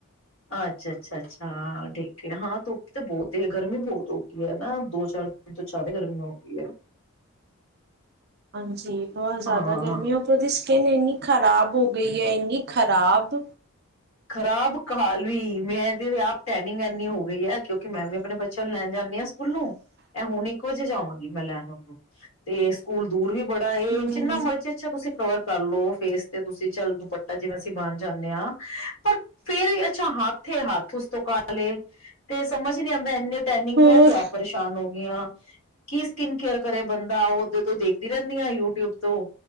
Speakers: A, on the left (about 60°); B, on the right (about 45°).
A: ਅੱਛਾ ਅੱਛਾ ਅੱਛਾ ਠੀਕ ਏ ਹਾਂ ਧੁੱਪ ਤੇ ਬਹੁਤ ਹੈ ਗਰਮੀ ਬਹੁਤ ਹੋ ਗਈ ਹੈ ਨਾ ਦੋ ਚਾਰ ਦਿਨ ਤੋਂ ਜ਼ਿਆਦਾ ਗਰਮੀ ਹੋ ਗਈ ਹੈ
B: ਹਾਂਜੀ ਬਹੁਤ ਜ਼ਿਆਦਾ
A: ਹਾਂ
B: ਗਰਮੀ ਆਂ ਹੈ ਉਪਰੋਂ ਇੰਨੀ ਖਰਾਬ ਹੋ ਗਈ ਹੈ ਇੰਨੀ ਖਰਾਬ
A: ਖਰਾਬ ਕਾਲ ਵੀ ਮੈਂ ਤੇ ਆਪ ਟੈਨਿੰਗੰ ਐਨੀ ਹੋ ਗਈ ਹੈ ਕਿਉਂ ਕਿ ਮੈਂ ਵੀ ਆਪਣੇ ਬੱਚਿਆਂ ਨੂੰ ਲੈਣ ਜਾਂਦੀ ਹਾਂ ਸਕੂਲੋਂ ਇਹ ਹੁਣ ਇੱਕ ਵਜੇ ਜਾਵਾਂਗੀ ਮੈਂ ਲੈਣ ਆ ਨੂੰ ਤੇ ਸਕੂਲ ਦੂਰ ਵੀ ਬੜੇ ਇਹ
B: ਹਮ
A: ਜਿੰਨਾ ਮਰਜ਼ੀ ਅੱਛਾ ਤੁਸੀਂ ਕਵਰ ਕਰ ਲੋ ਫੇਸ ਤੇ ਤੁਸੀਂ ਚੱਲ ਪੱਟਾ ਜਿਵੇਂ ਅਸੀਂ ਬਣ ਜਾਂਦੇ ਹਾਂ, ਪਰ ਫੇਰ ਵੀ ਅੱਛਾ ਹੱਥ-ਹੱਥ ਉਸ ਤੋਂ ਕਲੇ ਤੇ ਸਮਝ ਨੀ ਆਉਂਦਾ ਇਨੀ ਟੈਨਿੰਗ
B: ਹੋਰ
A: ਮੈਂ ਤੇ ਆਪ ਪਰੇਸ਼ਾਨ ਹੋ ਗਈ ਆਂ ਕੀ ਸਕਿੰਨ ਕੇਅਰ ਕਰੇ ਬੰਦਾ ਉਹ ਉਓਦੇ ਤੋਂ ਦੇਖਦੀ ਰਹਿੰਦੀ ਹਾਂ ਯੂਟਿਊਬ ਤੋਂ